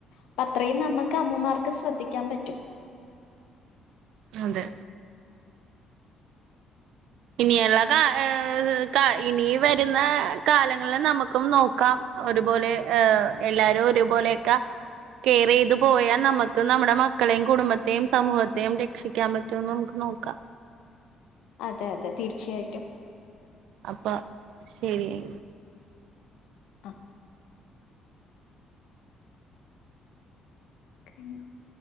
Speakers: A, on the left; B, on the right.
A: അപ്പ അത്രേയും നമ്മുക്ക് അമ്മമാർക്ക് ശ്രദ്ധിക്കാൻ പറ്റും
B: അതെ ഇനിയുള്ള കാ ഏ ഇനി വരുന്ന കാലങ്ങളിൽ നമുക്കും നോക്കാം ഒരുപോലെ എല്ലാരും ഒരുപോലെയൊക്കെ കെയർ ചെയ്തു പോയാൽ നമുക്ക് നമ്മുടെ മക്കളെയും കുടുംബത്തെയും സമൂഹത്തെയും രക്ഷിക്കാൻ പറ്റും മറ്റന്ന് നമുക്ക് നോക്കാം
A: അതെ അതെ തീർച്ചയായിട്ടും
B: അപ്പാ ശരിയെ
A: ആഹ <unintelligible>